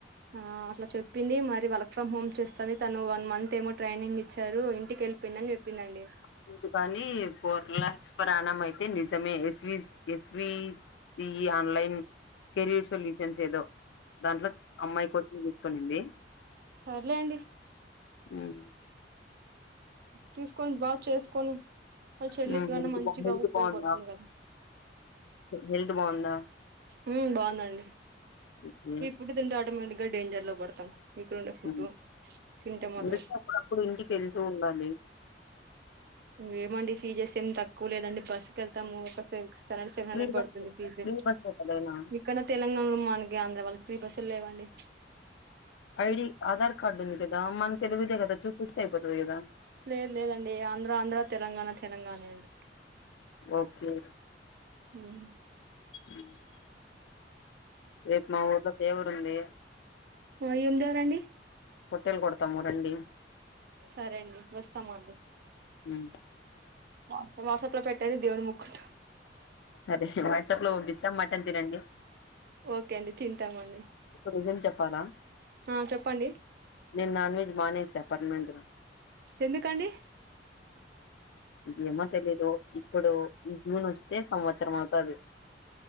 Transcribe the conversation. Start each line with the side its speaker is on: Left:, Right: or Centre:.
Right: ఆ అట్ల చెప్పింది. మరి వర్క్ ఫ్రమ్ హోమ్ చేస్తది తను వన్ మంత్ ఏమో ట్రైనింగ్ ఇచ్చారు ఇంటికి వెళ్ళిపోయిందని చెప్పిందండి
Left: లేదు కానీ ఫోర్ లాక్స్ పర్ ఆనం అయి నిజమే S V S V C E online career solutions ఏదో దాంట్లో అమ్మాయికి వచ్చి కొనింది
Right: సర్లే అండి
Left: మ్మ్
Right: చూసుకొని బాగా చేసుకొని వాళ్ళ చెల్లికి
Left: హ బ
Right: కన్నా మంచిగా
Left: హెత్
Right: ఉపయోగపడుతుంది
Left: బాగుందా
Right: కదా
Left: హెల్త్ బాగుందా
Right: మ్మ్ బాగుందండి
Left: ఓకే
Right: ఇపుడు తింట ఆటోమేట్ గా డేంజర్ లో పడ్తాం ఇక్కడ ఉండే ఫుడ్
Left: హ్మ్.
Right: తింటే మాత్రం
Left: అందుకే అప్పుడప్పుడు ఇంటికి వెళ్తూ ఉండాలి
Right: మ్మ్ ఏమండి ఫీజెస్ ఏమి తక్కువ లేదండి బస్సుకి వెళ్తాము ఒకసే seven seven hundred
Left: three
Right: పడుతుంది
Left: bus
Right: ఫీజ్
Left: ఫ్రీ బస్సే కదైనా
Right: ఇక్కడ తెలంగాణలో మనకి అంత ఇంక వాళ్ళకి ఫ్రీ బస్సులు లేవండి
Left: ఐ డి ఆధార్ కార్డు ఎందుక <unintelligible> ఊర్కే అయిపోతది కదా
Right: లేదు లేదండి ఆంధ్ర ఆంధ్ర తెలంగాణ తెలంగాణే అండి
Left: ఓకే
Right: మ్మ్
Left: మ్మ్ రేపు మా ఊరికి ఒక దేవర ఉంది
Right: ఏమి దేవరండి
Left: పొట్టేలు కొడతాము మురండి
Right: సరే అండి వస్తాము అండి
Left: మ్మ్
Right: వ వాట్సప్లా పెట్ట తని దేవుడును ముక్కుంట
Left: సరే వాట్సాప్ లో పంపిస్తా మటన్ తినండి
Right: ఓకే అండి తింటామండి
Left: రీజన్ చెప్పాలా
Right: ఆ చెప్పండి
Left: నిన్న న్ వెజ్ మానేసా పర్నెంట్ లో
Right: ఎందుకండి
Left: గమ తెలిదు ఇప్పుడు ఈ జూన్ వస్తు ఎ సంవత్సరం అవుతది